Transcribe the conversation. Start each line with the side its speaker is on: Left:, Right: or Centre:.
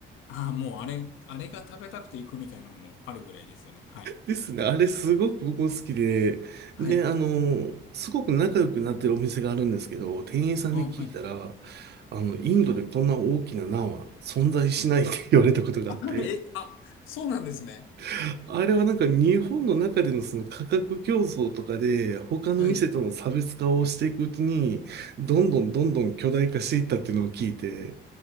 Left: ああ、もうあれ、あれが食べたくて行くみたいなのもあるぐらいですよね。はい。
Right: ですね。あれすごく僕も好きで、
Left: はい。
Right: で、あの、すごく仲良くなってるお店があるんですけど、店員さんに聞いたら、
Left: あ、はい。
Right: あの、インドでこんな大きなナンは存在しないって言われたことがあって、
Left: <laughs> え、あ、そうなんですね。
Right: <laughs> あれはなんか日本の中でのその価格競争とかで、他の店との差別化をしていくうちに、
Left: はい。
Right: どんどんどんどん巨大化していったっていうのを聞いて、